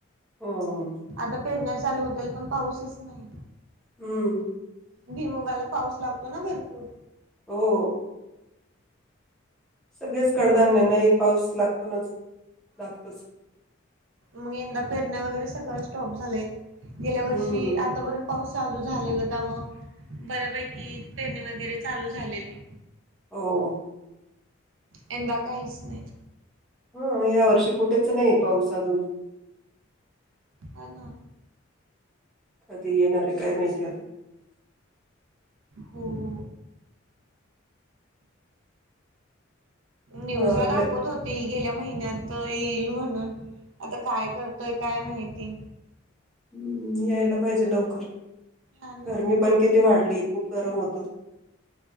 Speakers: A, in the centre; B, on the right (about 70°).
A: हो
B: आतां पेरण्यां चालूं होतील पणं पाऊसचं नाहीं
A: हम्मं
B: भियमुंगांला पाऊस लागतो नां भरंपूर
A: हो सगळयांच कडधान्ये
B: मग ते
A: नाहीं पाऊस लागतो नां लागतोच
B: मंग यंदा पेरण्यां वगैरें सगळं स्टॉप झाले गेल्यां
A: हम्म
B: वर्षी आतांपर्यंत पाऊस चालूं झालेलां त्यां मंग बऱ्यांपैकी पेरणी वगैरें चालूं झालेली
A: हो
B: यंदा काहींचं नाहीं
A: हं यां वर्षी कुठेचं नाहीं पाऊस अजूंन
B: हां नां
A: कधीं येणारं आहे कायं माहिती
B: हो न्यूंज
A: हा आपलं
B: लां दाखवंत होते ते गेल्यां महिन्यांत येईल म्हणूंन आतां कायं करतोय कायं माहिती
A: हम्मं यांयला पाहिजे लवकरं
B: हा ना
A: गर्मी पणं किती वाढली खूंप गरमं होतं